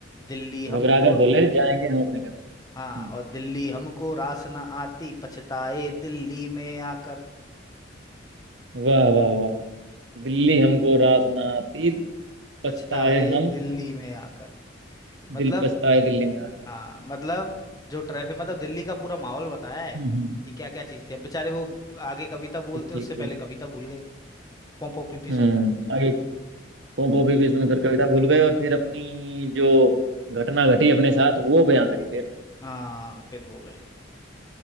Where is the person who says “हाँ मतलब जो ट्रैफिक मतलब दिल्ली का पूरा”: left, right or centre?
Left